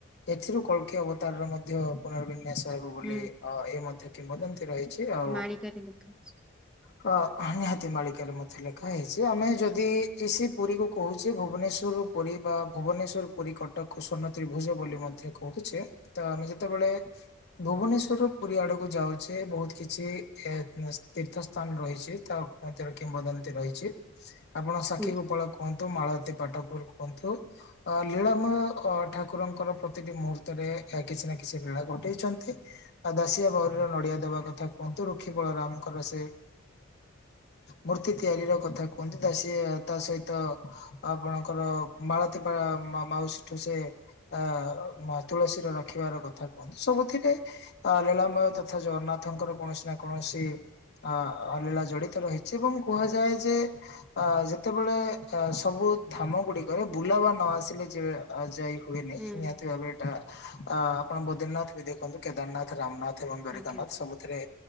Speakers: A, on the left; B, in the centre.
A: ଏଥିରୁ କଳ୍କୀ ଅବତାରର ମଧ୍ୟ ପୁନରବିନ୍ୟାସ ହେବ ବୋଲି
B: ହୁଁ
A: ଅ ଏ ମଧ୍ୟ କିମ୍ବଦନ୍ତୀ ରହିଛି ଆଉ
B: ମାଳିକାରେ ଲେଖା ଅଛି।
A: ହ ନିହାତି ମାଳିକାରେ ମଧ୍ୟ ଲେଖା ହେଇଛି ଆମେ ଯଦି କିସି ପୁରୀକୁ କହୁଛେ ଭୁବନେଶ୍ୱର ପୁରୀ ବା ଭୁବନେଶ୍ୱର ପୁରି କଟକକୁ ସ୍ୱର୍ଣତ୍ରିଭୁଜ ବୋଲି ମଧ୍ୟ କହୁଚେ। ତ ଆମେ ଯେତେବେଳେ ଭୁବନେଶ୍ୱରରୁ ପୁରୀ ଆଡକୁ ଯାଉଚେ ବହୁତ କିଛ ଏଁ ତୀର୍ଥ ସ୍ଥାନ ରହିଛି, ତାମଧ୍ୟରେ କିମ୍ବଦନ୍ତୀ ରହିଛି, ଆପଣ ସାକ୍ଷୀ
B: ହୁଁ
A: ଗୋପଳକୁ କୁହନ୍ତୁ, ମାଳତୀ ପାଟପୁର କୁହନ୍ତୁ। ଅ ଲୀଳାମୟ ଠାକୁରଙ୍କର ପ୍ରତିଟି ମୁହୂର୍ତ୍ତରେ କିଛି ନା କିଛି ଲୀଳା ଘଟେଇଛନ୍ତି। ଆ ଦାଶିଆ ବାଉରୀର ନଡିଆ ଦେବା କଥା କୁହନ୍ତୁ ରୁକ୍ଷୀ ବଳରାମଙ୍କର ସେ ମୂର୍ତ୍ତି ତିଆରିର କଥା କୁହନ୍ତି ଦାସିଆ ତାସହିତ ଆପଣଙ୍କର ମାଳତୀପା ମାଉସୀଠୁ ସେ ଅ ତୁଳସୀର ରଖିବାର କ କଥା କୁହନ୍ତି, ସବୁଥିରେ ଲୀଳାମୟ ତଥା ଜଗନ୍ନାଥଙ୍କର କୌଣସି ନା କୌଣସି ଅ ଅ ଲୀଳା ଜଡିତ ରହିଛି ଏବଂ କୁହାଯାଏଯେ ଅ ଯେତେବେଳେ ଏ ସବୁ ଧାମ ଗୁଡିକରେ ବୁଲାବା ନଆସିଲେ ଯେବେ ଯାଇହୁଏନି,
B: ହୁଁ
A: ନିହାତି ଭାବେ ଏଇଟା ଆ ଆପଣ ବଦ୍ରିନାଥବି ଦେଖନ୍ତୁ କେଦାରନାଥ ରାମନାଥ ଏବଂ ଦ୍ୱାରିକନାଥ
B: ଆଜ୍ଞା
A: ସବୁଥିରେ